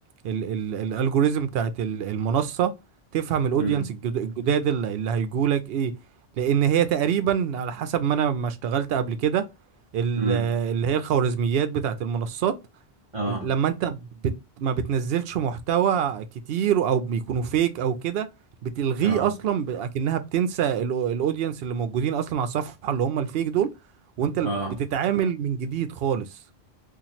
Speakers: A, on the right; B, on the right.
A: ال ال الالجوريزم بتاعت ال- المنصه تفهم الاودينس
B: امم
A: الجد- الجداد اللي, اللي هيجولك ايه لان هي تقريبا على حسب ما انا ما اشتغلت قبل كده ال-
B: امم
A: اللي هي الخوارزميات بتاعت المنصات
B: اه
A: لما انت بت... ما بتنزلش محتوى كتير او بيكونوا فيك او كده بتلغيه
B: اه
A: اصلا ب... اكنها بتنسى الاو- الاودينس اللي موجودين اصلا على الصفحه اللي هم الفيك دول وانت ال-
B: اه
A: بتتعامل من جديد خالص